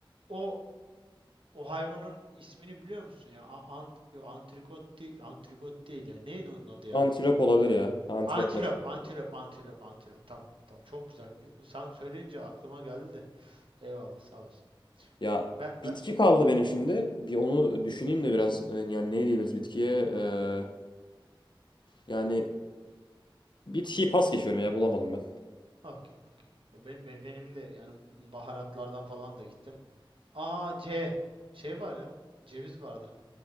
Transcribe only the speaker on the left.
Antilop olabilir ya. Antiloplar.
Ya
bitki
kaldı benim şimdi. Bir onu düşüneyim de biraz. e, Yani ne diyebiliriz bitkiye? Ee, yani bitkiyi pas geçiyorum ya bulamadım ben.